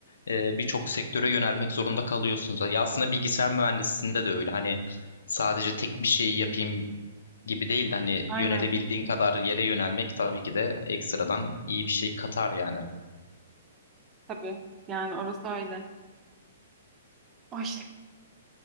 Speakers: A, on the left (about 80°); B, on the right (about 20°).
A: e, birçok sektöre yönelmek zorunda kalıyorsunuz. Ya aslında bilgisayar mühendisliğinde de öyle. Hani sadece tek bir şeyi yapayım gibi değil de hani
B: Aynen.
A: yönelebildiğin kadar yere yönelmek tabii ki de ekstradan iyi bir şey katar yani.
B: Tabii. Yani orası öyle. Ay,